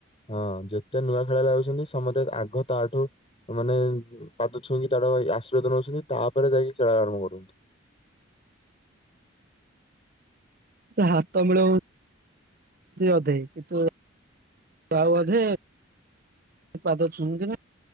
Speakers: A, on the left (about 30°); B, on the right (about 45°).
A: ହଁ ଯେତେ ନୂଆ ଖେଳାଳି ଯାଉଛନ୍ତି ସମସ୍ତେ ଆଗ ତାଠୁ ମାନେ ପାଦ ଛୁଇଁକି ତାର ଆଶୀର୍ବାଦ ନେଉଛନ୍ତିି ତାପରେ ଯାଇକି ଖେଳ ଆରମ୍ଭ କରନ୍ତୁ।
B: ହାତ ମିଳଉନ ଅଧେ କିନ୍ତୁ ଆଉ ଅଧେ ସେ ପାଦ ଶୁନ୍ତି ନା